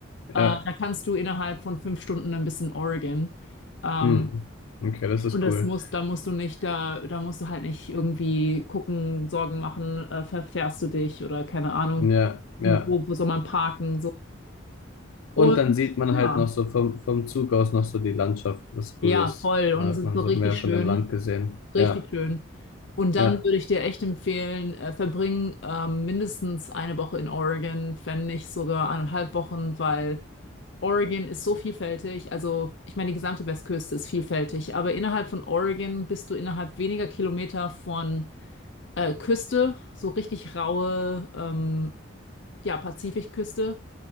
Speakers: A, on the left; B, on the left.
A: äh,
B: ja,
A: da kannst du innerhalb von fünf Stunden ein bisschen Oregon. Ähm,
B: mhm, okay, das ist
A: und das
B: cool.
A: muss, da musst du nicht, da, da musst du halt nicht irgendwie gucken, Sorgen machen, äh, verfährst du dich oder keine Ahnung,
B: Ja, ja.
A: wie, wo, wo soll man parken, so. Und
B: Und dann sieht man
A: ja,
B: halt noch so vom, vom Zug aus noch so die Landschaft, was
A: ja,
B: cool ist.
A: voll.
B: Dann
A: Und
B: hat
A: es ist
B: man
A: so richtig
B: so mehr
A: schön.
B: von dem Land gesehen.
A: Richtig
B: Ja,
A: schön. Und dann
B: ja,
A: würde ich dir echt empfehlen, äh, verbring ähm, mindestens eine Woche in Oregon, wenn nicht sogar eineinhalb Wochen, weil Oregon ist so vielfältig. Also, ich meine, die gesamte Westküste ist vielfältig, aber innerhalb von Oregon bist du innerhalb weniger Kilometer von äh, Küste, so richtig raue, ähm, ja, Pazifikküste